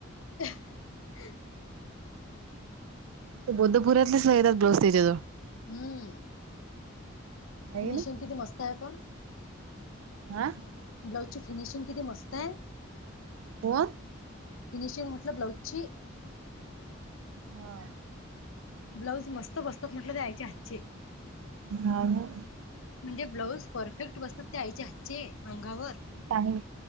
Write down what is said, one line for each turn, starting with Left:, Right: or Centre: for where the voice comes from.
Left: <unintelligible>
Right: ते बद्धपुरातच राहिणात ब्लाऊज त्याच्यावळ
Left: हम्म
Right: हाय
Left: फिनिशिंग
Right: की नाही
Left: किती मस्त आहे पण.
Right: आ?
Left: ब्लाऊजची फिनिशिंग किती मस्त आहे.
Right: कोण?
Left: फिनिशिंग म्हटलं ब्लाऊजची
Right: हा.
Left: ब्लाऊज मस्त बसतात म्हटलं त्या आईच्या हातचे.
Right: हो ना?
Left: म्हणजे ब्लाऊज परफेक्ट बसतात त्या आईचे हातचे अंगावर.
Right: आणि